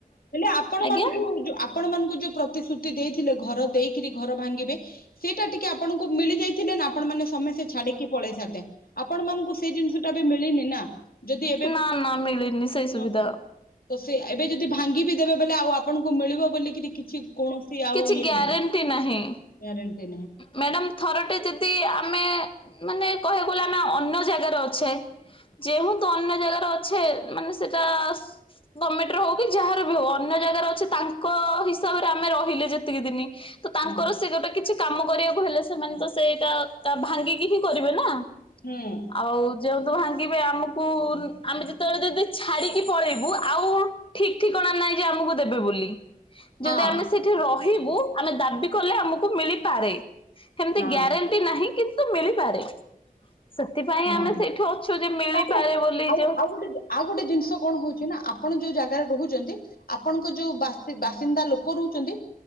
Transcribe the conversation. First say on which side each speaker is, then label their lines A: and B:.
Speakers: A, on the left (about 75°); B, on the left (about 35°).
A: ହେଲେ ଆପଣ
B: ଆଜ୍ଞା
A: ମାନଙ୍କୁ ଆପଣ ମାନଙ୍କୁ। ଯୋଉ ପ୍ରତିଶ୍ରୁତି ଦେଇଥିଲେ ଘର ଦେଇକରି ଘର ଭାଙ୍ଗିବେ ସେଇଟା ଟିକେ ଆପଣଙ୍କୁ ମିଳି ଯାଇଥିଲେ ନା ଆପଣ ମାନ ସମେସ୍ତେ ଛାଡିକି ପଳେଇ ସାରିଥାନ୍ତେ ଆପଣ ମାନଙ୍କୁ ସେ ଜିନିଷ ଟା ମିଳିନି ନା। ଯଦି ଏବେ
B: ନା ନା ମିଳିନି ସେଇ ସୁବିଧା
A: ହଁ ତ ଏବେ ଯଦି ଭାଙ୍ଗି ବିି ଦେବେ ବୋଲେ ଆଉ ଆପଣଙ୍କୁ ମିଳିବ ବୋଲିକରି କିଛି କୌଣସି ଆଉ
B: କିଛି
A: ଇଏ
B: ଗ୍ୟାରେଣ୍ଟି
A: ନାହିଁ
B: ନାହିଁ।
A: ଗାରେଣ୍ଟି।
B: ମ୍ୟାଡାମ ଥର ଟେ ଯଦି ଆମେ। ମାନେ କହିବାକୁ ଗଲେ ଆମେ ଅନ୍ୟ ଜାଗାରେ ଅଛେ। ଯେ ହଁ ତୁ ଅନ୍ୟ ଜାଗାରେ ଅ। ଛେ ମାନେ ସେଟା ଗମେଣ୍ଟ ହଉ କି ଯାହାର ବି ହଉ ଅନ୍ୟ ଜାଗାରେ ଅଛେ ତାଙ୍କ ହିସାବରେ ଆମେ ରହିଲେ ଯେ। ସେତିକି ଦିନି ତ ତାଙ୍କର
A: ହଁ
B: ସେ ଗୋଟେ କିଛି। କାମ କରିବାକୁ ହେଲେ ସେମାନେ ତ ସେଇଟା ଭାଙ୍ଗିକି ହିଁ କରିବେ ନା।
A: ହୁଁ
B: ଆଉ ଯେଉ ତୁ ଭା। ଆମକୁ ଆମେ ଯେତେବେଳେ ଯଦି ଛାଡିକି ପଳେଇବୁ ଆଉ ଠିକ ଠିକଣା ନାହିଁ ଯେ ଆମକୁ ଦେବେ ବୋଲି।
A: ହଁ
B: ଯଦି ଆମେ ସେଇଠି ରହିବୁ। ଆମେ ଦାବି କଲେ ଆମକୁ ମିଳି। ପାରେ। ସେମିତି
A: ହଁ
B: ଗ୍ୟାରେଣ୍ଟି ନାହିଁ କିନ୍। ତ ମିଳିପାରେ। ସେଥିପାଇଁ
A: ହଁ
B: ଆମେ ସେଇଠି ଅଛୁ ଯେ ମିଳିପାରେ
A: ତାପରେ
B: ବୋଲି
A: ଆଉ
B: ଯୋଉ
A: ଆଉ ଗୋଟେ ଆଉ ଗୋଟେ ଜିନିଷ କଣ ହଉଛି ନା। ଆପଣ ଯୋଉ ଜାଗାରେ ରହୁଛନ୍ତି ଆପଣଙ୍କ ଯୋଉ ବାସିନ୍ଦା ବାସିନ୍ଦା ଲୋକ ରହୁଛନ୍ତି